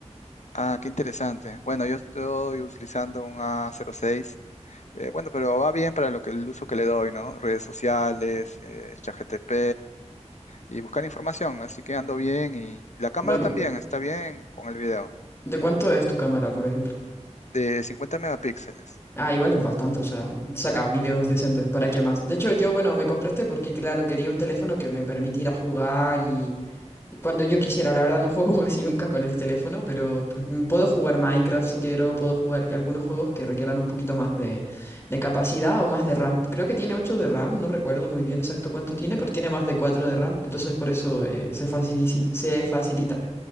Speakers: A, on the left (about 70°); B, on the left (about 20°).
A: Ah, qué interesante. Bueno, yo estoy utilizando un A06 Eh, bueno, pero va bien para lo que el uso que le doy, ¿no? Redes sociales, eh, ChatGPT y, y buscar información. Así que ando bien y la cámara
B: Dor-
A: también está bien con el video
B: ¿De cuánto es tu cámara, por ejemplo?
A: de 50 megapíxeles.
B: Ah, igual es bastante, o sea, saca videos decentes, ¿para qué más? De hecho, yo, bueno, me compré este porque, claro, quería un teléfono que me permitiera jugar y Cuando yo quisiera, la verdad no juego <laughs> casi nunca con el teléfono, pero p- m- puedo jugar Minecraft si quiero, puedo jugar que- algunos juegos que requieran un poquito más de, de capacidad o más de RAM. Creo que tiene 8 de RAM, no recuerdo muy bien exacto cuánto tiene, pero tiene más de 4 de RAM, entonces por eso eh, se facilita, se facilita.